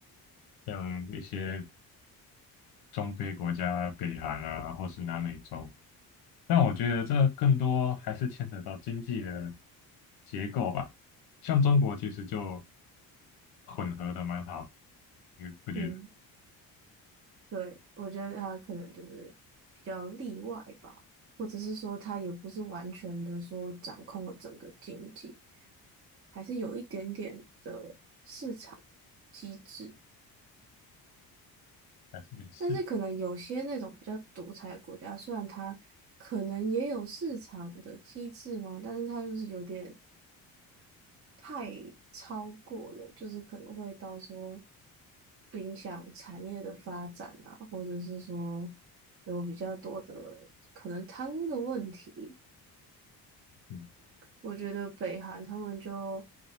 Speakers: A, on the left; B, on the right.
A: 像一些中非国家、北韩啊，或是南美洲。但我觉得这更多还是牵扯到经济的结构吧。像中国其实就混合的蛮好，你不觉得？
B: 嗯，对，我觉得他可能就是比较例外吧，或者是说他也不是完全的说掌控了整个经济，还是有一点点的市场机制。
A: 还是也是，
B: 但是可能有些那种比较独裁的国家，虽然它可能也有市场的机制嘛，但是它就是有点太超过了，就是可能会到时候影响产业的发展啊，或者是说有比较多的可能贪污的问题。
A: 嗯
B: 我觉得北韩他们就，